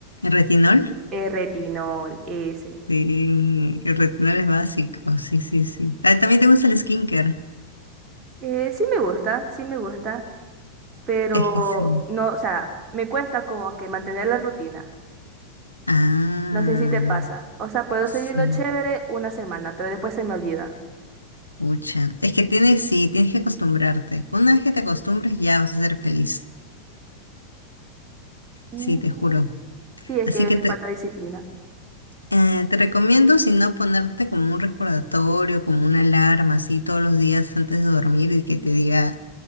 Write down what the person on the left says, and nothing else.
¿Retinol?
Sí, el retinol es básico, sí, sí, sí. Ah, también te gusta el skincare.
Es que sí.
Ah,
sí.
Pucha. Es que tienes, sí, tienes que acostumbrarte. Una vez que te acostumbres ya vas a ser feliz.
Sí, te juro.
Así
que
te,
eh, te recomiendo, si no, ponerte como un recordatorio, como una alarma, así todos los días antes de dormir y que te diga,